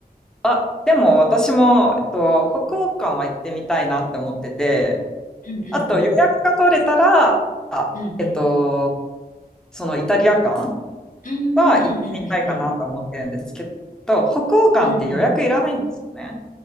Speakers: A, in the centre; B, on the left.
A: あ、でも私も、えっと、北欧館は行ってみたいなって思ってて、
B: うんうんうん。
A: あと予約が取れたら、あえっと、
B: うんうん。
A: そのイタリア館
B: うんうんうんうんうん
A: は行ってみたいかなと思ってるんですけど、北欧館って予約いらないんですよね。
B: うんうん。